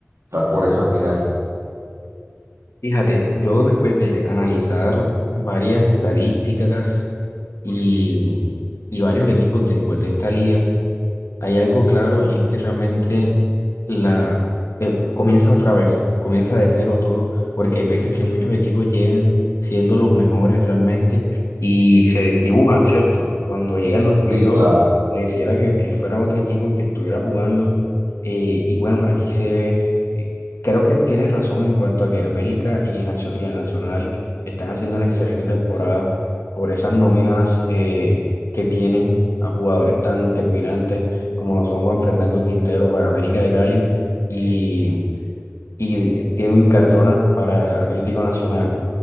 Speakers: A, on the right; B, on the left.
A: estar por esa final.
B: Fíjate, yo después de analizar varias estadísticas y, y varios equipos de, pues, de esta liga, hay algo claro y es que realmente la eh, comienza otra vez, comienza de cero todo, porque hay veces que muchos equipos llegan siendo los mejores realmente y se dibujan, ¿cierto? Cuando llegan los playoffs,
A: Sí, claro,
B: le quisiera que, que fuera otro equipo el que estuviera jugando. eh, y bueno, aquí se ve, eh, creo que tienes razón en cuanto a que América y, Nacio- y el Nacional están haciendo una excelente temporada por esas nóminas eh, que tienen a jugadores tan determinantes como lo son Juan Fernando Quintero para América de Cali y, y Edwin Cardona para Atlético Nacional.